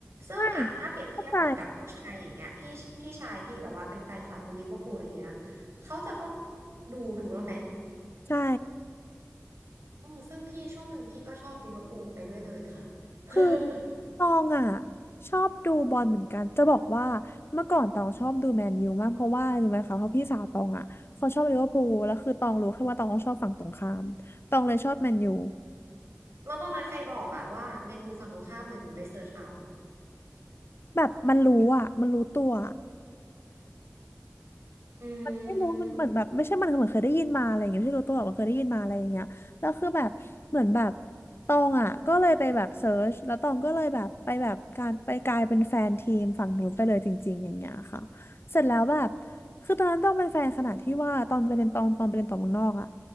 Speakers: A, on the right; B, on the left.
A: ซึ่งอ่ะถ้าเปรียบเทียบเหมือนกับผู้ชายอย่างเงี้ยพี่พี่ชายพี่แบบว่าเป็นแฟนคลับลิเวอร์พูลอะไรเงี้ยนะเขาจะต้อง
B: ไม่เข้าใจ
A: ดูถูกแล้วไหม
B: ใช่
A: อืมซึ่งพี่ช่วงหนึ่งพี่ก็ชอบลิเวอร์พูลไปด้วยเลยค่ะ <laughs>
B: คือตองอ่ะชอบดูบอลเหมือนกันจะบอกว่าเมื่อก่อนตองชอบดูแมนยูมากเพราะว่ารู้ไหมคะเพราะพี่สาวตองอ่ะเขาชอบลิเวอร์พูลแล้วคือตองรู้แค่ว่าตองชอบฝั่งตรงข้ามตองเลยชอบแมนยู
A: แล้วตอนนั้นใครบอกอะว่าแมนยูฝั่งตรงข้ามเลยหนูไปเสิร์ชเอา
B: แบบมันรู้อ่ะมันรู้ตัว
A: อื
B: ไม่รู้มันเหมือนแบบไม่ใช่มันเหมือนเคยได้ยินมาอะไรอย่างเงี้ยไม่ใช่รู้ตัวหรอกมันเคยได้ยินมาอะไรอย่างเงี้ยแล้วคือแบบเหมือนแบบ
A: ม
B: ตองอ่ะก็เลยไปแบบเซิร์ชแล้วตองก็เลยแบบไปแบบการไปกลายเป็นแฟนทีมฝั่งนู้นไปเลยจริงๆอย่างเงี้ยค่ะเสร็จแล้วแบบคือตอนนั้นต้องเป็นแฟนขนาดที่ว่าตอนไปเรียนตองตอนไปเรียนต่อเมืองนอกอ่ะ